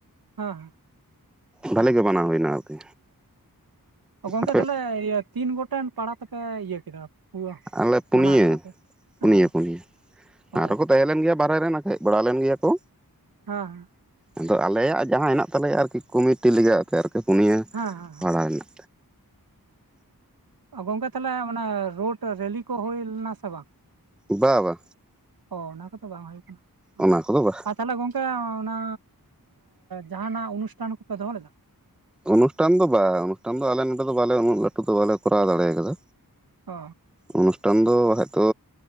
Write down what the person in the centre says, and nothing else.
ᱵᱷᱟᱞᱮ
ᱜᱮ ᱢᱟᱱᱟᱣ ᱦᱩᱭᱱᱟ ᱟᱨᱠᱤ
ᱟᱯᱮ
ᱟᱞᱮ ᱯᱩᱱᱭᱟᱹ
ᱯᱩᱱᱭᱟᱹ
ᱯᱩᱱᱭᱟᱹ
ᱟᱨᱦᱚᱸ ᱠᱚ ᱛᱟᱦᱮᱸ ᱞᱮᱱ ᱜᱮᱭᱟ ᱵᱟᱦᱮᱨᱮ ᱨᱮᱱ ᱟᱠᱷᱟᱡ ᱵᱟᱲᱟ ᱞᱮᱱ ᱜᱮᱭᱟ ᱠᱚ
ᱟᱫᱚ ᱟᱞᱮᱭᱟᱜ ᱡᱟᱦᱟᱸ ᱦᱮᱱᱟᱜ ᱛᱟᱞᱮᱭᱟ ᱟᱨᱠᱤ ᱠᱚᱢᱤᱴᱤ <unintelligible> ᱯᱮ ᱟᱨᱠᱤ ᱯᱩᱱᱭᱟᱹ
ᱯᱟᱲᱟ
ᱨᱮᱱᱟᱜ
ᱵᱟ ᱵᱟ
ᱚᱱᱟ ᱠᱚᱫᱚ ᱵᱟᱦ
ᱚᱱᱩᱥᱴᱷᱟᱱ ᱫᱚ ᱵᱟᱝ ᱚᱱᱩᱥᱴᱷᱟᱱ ᱫᱚ ᱟᱞᱮ ᱱᱚᱰᱮ ᱫᱚ ᱵᱟᱞᱮ ᱩᱱᱟᱹᱜ ᱞᱟᱹᱴᱩ ᱫᱚ ᱵᱟᱞᱮ ᱠᱚᱨᱟᱣ ᱫᱟᱲᱮ ᱟᱠᱟᱫᱟ
ᱚᱱᱩᱥᱴᱷᱟᱱ ᱫᱚ ᱵᱟᱠᱷᱟᱡ ᱛᱚ